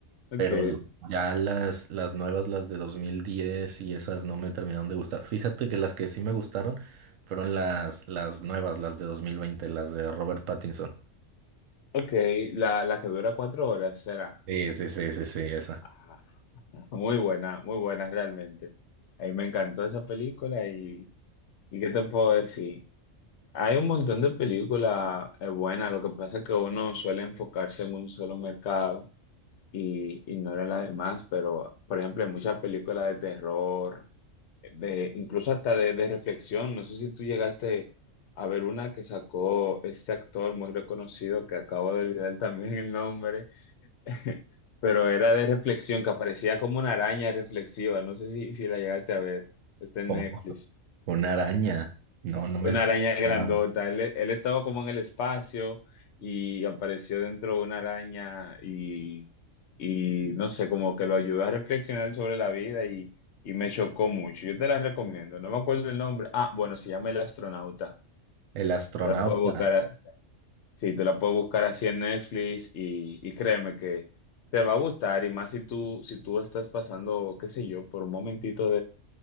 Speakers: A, on the left; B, on the right.
A: ok,
B: pero l- ya las, las nuevas, las de 2010 y esas no me terminaron de gustar. Fíjate que las que sí me gustaron fueron las, las nuevas, las de 2020, las de Robert Pattinson.
A: ok. La, la que dura cuatro horas será.
B: Sí, sí, sí, sí, sí, esa.
A: Ah, <laughs> Muy buena, muy buena realmente. A mí me encantó esa película y, ¿y qué te puedo decir? Hay un montón de películas eh, buenas, lo que pasa es que uno suele enfocarse en un solo mercado y ignora las demás, pero por ejemplo hay muchas películas de terror, de, incluso hasta de, de reflexión, no sé si tú llegaste a ver una que sacó este actor muy reconocido que acabo de olvidar también el nombre, <laughs> pero era de reflexión, que aparecía como una araña reflexiva, no sé si, si la llegaste a ver, está en
B: Como
A: Netflix.
B: una araña. No, no me
A: Una
B: suena.
A: araña grandota. Él, él estaba como en el espacio y apareció dentro de una araña y, y no sé, como que lo ayudó a reflexionar sobre la vida y, y me chocó mucho. Yo te la recomiendo. No me acuerdo el nombre. Ah, bueno, se llama El Astronauta.
B: El astronauta.
A: Te la puedes buscar, a- sí, te la puedes buscar así en Netflix y, y créeme que te va a gustar y más si tú, si tú estás pasando, qué sé yo, por un momentito